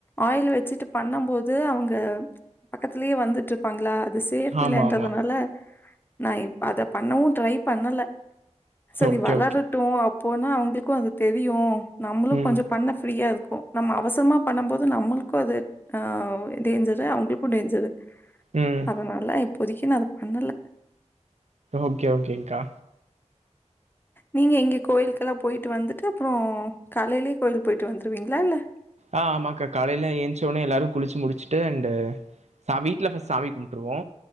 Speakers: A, on the left; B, on the right.
A: ஆயில் வச்சுட்டு பண்ணும் போது அவுங்க பக்கத்திலே வந்துட்டுருப்பாங்களா அது சேஃப்
B: ஆமா
A: இல்லன்றதுனால
B: ஆமா
A: நா இப்ப அத பண்ணவு ட்ரை பண்ணல சேரி
B: ஓகே
A: வளரட்டு
B: ஓகே
A: அப்போன்னா அவுங்களுக்கு அது தெரியு நம்மளு
B: ம்
A: கொஞ்ச பண்ண ஃப்ரீயாருக்கு நம்ம அவசரமா பண்ணும் போது நம்மளுக்கு அது ஆ டேஞ்சரு அவுங்களுக்கு டேஞ்சரு
B: ம்
A: அதனால இப்போதிக்கு நா அத பண்ணல
B: ஓகே ஓகேங்க்கா
A: நீங்க இங்கே கோயிலுக்கெல்லா போயிட்டு வந்துட்டு அப்றோ காலைலயே கோயிலுக்கு போயிட்டு வந்துற்வீங்களால
B: ஆ ஆமாங்கா காலைல ஏஞ்ச்சு வொன்னே எல்லாரு குளிச்சு முடிச்சுட்டு அண்ட் சா வீட்ல ஃபஸ்ட் சாமி கும்டுருவோ